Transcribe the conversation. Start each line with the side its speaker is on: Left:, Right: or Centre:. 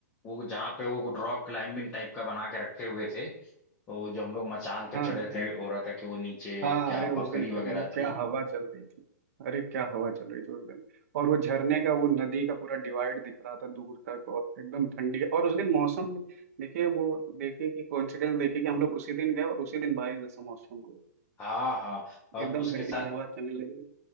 Left: वो जहाँ पे वो रॉक क्लाइंबिंग टाइप का बना के रखे हुए थे तो जो हम लोग मचान पे
Right: हाँ
Left: चढ़े
Right: हाँ।
Left: थे हो रहा था कि वो नीचे
Right: हाँ
Left: क्या
Right: अरे उस
Left: बकरी
Right: दिन
Left: वगैरह
Right: क्या वो
Left: थी
Right: क्या हवा चल रही थी अरे क्या हवा चल रही थी उस दिन और वो झरने का वो नदी का पूरा डिवाइड दिख रहा था दूर तक और एकदम ठंडी और उस दिन मौसम देखिए वो देखिए कि कोइंसिडेंस देखिए कि हम लोग उसी दिन गए और उसी दिन बारिश जैसा मौसम हो गया
Left: हाँ हाँ और
Right: एकदम
Left: उसके
Right: ठंडी
Left: साथ
Right: हवा चलने लगी